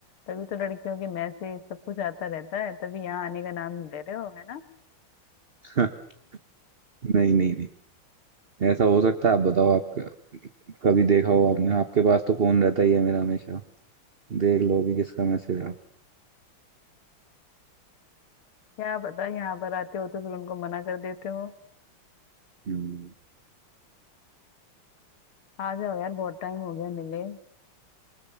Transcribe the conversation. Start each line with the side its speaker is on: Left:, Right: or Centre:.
Left: तभी तो लड़कियों के मैसेज सब कुछ आता रहता है तभी यहाँ आने का नाम नहीं ले रहे हो है ना
Right: <laughs> नहीं नहीं नहीं ऐसा हो सकता है आप बताओ आप क- कभी देखा हो आपने आपके पास तो फोन रहता ही है मेरा हमेशा देख लो अभी किसका मैसेज आ
Left: क्या पता यहाँ पर आते हो तो फिर उनको मना कर देते हो
Right: हम्म
Left: आ जाओ यार बहुत टाइम हो गया मिले